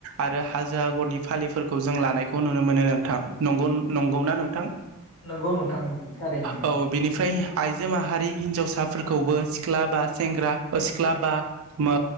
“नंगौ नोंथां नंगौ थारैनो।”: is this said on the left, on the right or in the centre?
Left